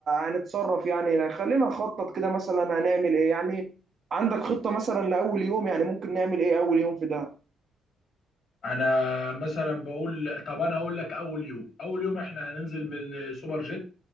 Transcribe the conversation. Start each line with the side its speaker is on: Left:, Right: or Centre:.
Right: هنتصرف يعني يعني خلينا نخطط كده مثلا هنعمل ايه يعني عندك خطه مثلا لاول يوم يعني ممكن نعمل ايه اول يوم في دهب
Left: انا مثلا بقول طب انا هقول لك اول يوم اول يوم احنا هننزل من السوبر جيت